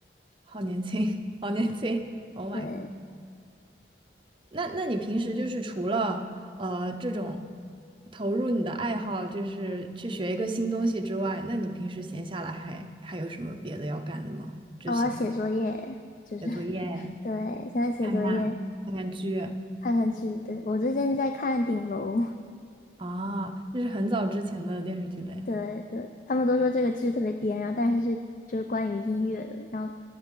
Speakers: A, on the right; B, on the left.
A: 好年轻，<laughs> 好年轻，Oh
B: 对，
A: my god！那那你平时就是除了呃这种投入你的爱好，就是去学一个新东西之外，那你平时闲下来还还有什么别的要干的吗？就是想
B: 哦我要写作业，就是
A: 写作业、
B: <laughs> 对，现在写作业，
A: 看看看看剧
B: 看看剧。对，我最近在看《顶楼》
A: 啊，这是很早之前的电视剧嘞。
B: 对对，他们都说这个剧特别颠，然后但是是就是关于音乐的，然后